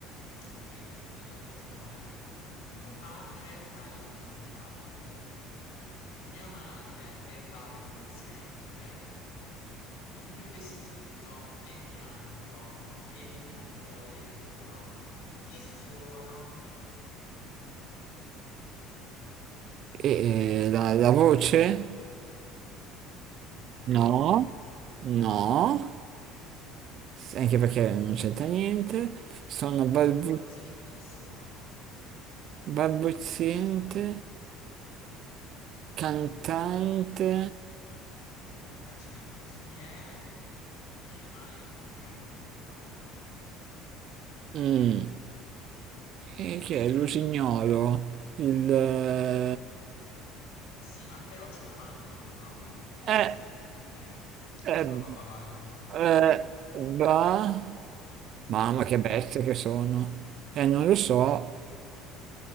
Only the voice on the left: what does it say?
Ok, l'ultimo è: mio padre fa il cantante, mia madre è balbuziente, il mio vestito è bianco e il mio cuore è d'oro. Chi sono?
No,
più qualcosa di fisico.
Immagina chi è un animale che canta.
Eh sì, ma però c'è la madre che è balbuziente.
Bababalbuziente.